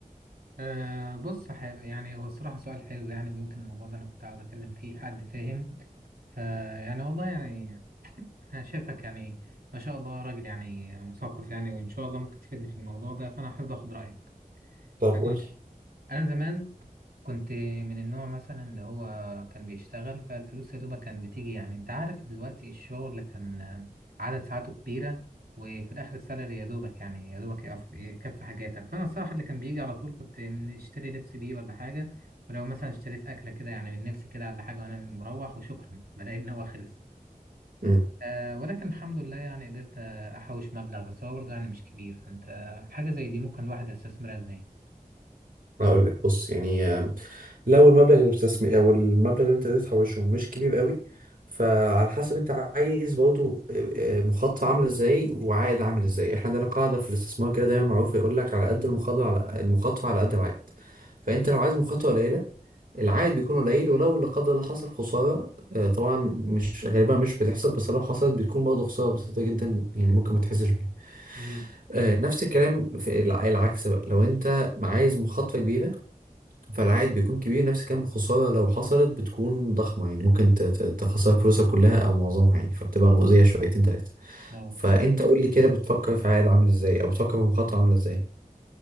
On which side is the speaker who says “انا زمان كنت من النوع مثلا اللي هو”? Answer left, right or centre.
Right